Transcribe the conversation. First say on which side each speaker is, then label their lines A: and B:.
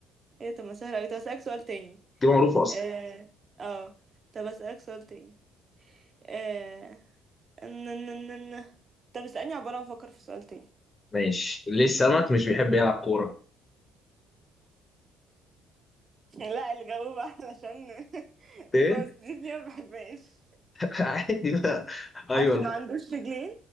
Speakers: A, on the right; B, on the left.
A: ايه طب ما سهله قوي طب اسالك سؤال تاني
B: دي معروفة أصلا
A: اه اه طب اسالك سؤال تاني أه... ن- ن- ن- ن- طب اسالني عباره ما افكر في سؤال تاني
B: ماشي ليه السمك مش بيحب يلعب كورة
A: <laughs> لا اللي جاوب علشان <laughs>
B: ايه
A: الفوازير دي ما بحبهاش
B: <laughs> عادي بقى ايوه
A: عشان
B: لا
A: ما عندوش رجلين